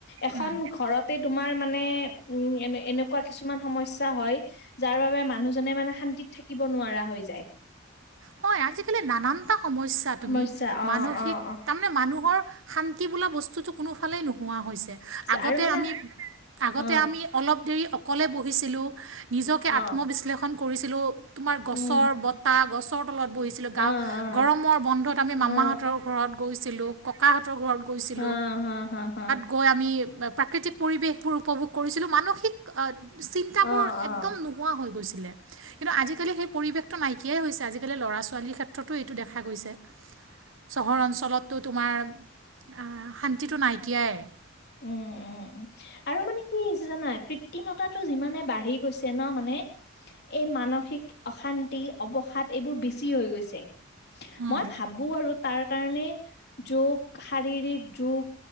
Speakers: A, on the left (about 55°); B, on the right (about 70°).
A: এখন
B: উম
A: ঘৰতে তোমাৰ মানে উম এ এনেকুৱা কিছুমান সমস্যা হয় যাৰ বাবে মানুহজনে মানে শান্তিত থাকিব নোৱাৰা হৈ যায়
B: হয় আজিকালি নানানটা সমস্যা
A: সমস্যা
B: তুমি
A: অ
B: মানসিক
A: অ অ
B: তাম মানে মানুহৰ শান্তি বোলা বস্তুটো কোনোফালে নোহোৱা হৈছে আগতে
A: আৰু মানে
B: আমি আগতে
A: অ
B: আমি অলপ দেৰি অকলে বহিছিলোঁ নিজকে
A: অ
B: আত্মবিশ্লেষণ কৰিছিলোঁ তোমাৰ গছৰ
A: উম
B: বতাহ গছৰ তলত বহিছি
A: অ
B: গাওঁ
A: অ অ
B: গৰমৰ বন্ধত আমি
A: অ
B: মামাহঁতৰ ঘৰত গৈছিলোঁ ককাহঁতৰ ঘৰত গৈছিলো
A: হ হ হ হ
B: গৈ আমি প্ৰাকৃতিক পৰিৱেশবোৰ উপভোগ কৰিছিলোঁ মানসিক অ চিন্তাবোৰ
A: অ', অ'।
B: একদম নোহোৱা হৈ গৈছিলে কিন্তু আজিকালি সেই পৰিৱেশটো নাইকিয়াই হৈছে আজিক কেলে ল'ৰা ছোৱালীৰ ক্ষেত্ৰতো এইটো দেখা গৈছে চহৰ অঞ্চলততো তোমাৰ আ শান্তিটো নাইকিয়াই
A: উম উম উম আৰু মানে কি জানা কৃত্ৰিমতাটো যিমানে বাঢ়ি গৈছে ন মানে এই মানসিক অশান্তি অৱসাদ এইবোৰ বেছি হৈ গৈছে
B: উম,
A: মই ভাবো আৰু তাৰ কাৰণে যোগ শাৰীৰিক যোগ